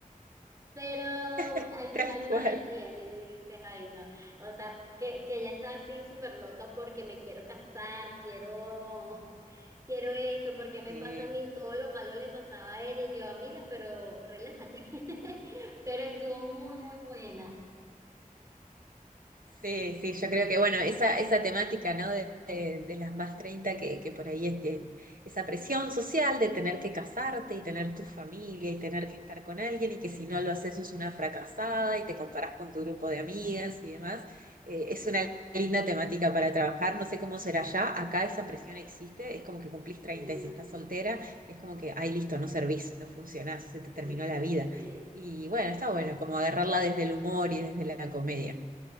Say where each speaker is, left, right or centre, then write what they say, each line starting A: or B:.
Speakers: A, on the right; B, on the right.
A: Pero
B: <laughs>
A: al final
B: Tal
A: uno
B: cual.
A: la entiende y tú dices, ay, no. O sea, que, que ella está así súper loca porque me quiero casar, quiero, <laughs> quiero esto, porque me
B: Sí.
A: pasa a mí, todo lo malo le pasaba a ella y yo, amiga, pero relájate. <laughs> Pero estuvo muy, muy buena.
B: Sí,
A: Sí.
B: sí, yo creo que, bueno, esa, esa temática, ¿no? De, de- de las más treinta que, que por ahí es de- esa presión social de tener que casarte y tener tu familia y tener que estar con alguien y que si no lo haces sos una fracasada y te comparás con tu grupo de amigas y demás, eh, es una linda temática para trabajar, no sé cómo será ya, acá esa presión existe, es como que cumplís treinta
A: No,
B: y si estás soltera, es como que, ay, listo, no servís, no funcionás, se te
A: no,
B: terminó la vida.
A: sí.
B: Y bueno, está bueno, como agarrarla desde el humor y desde la comedia.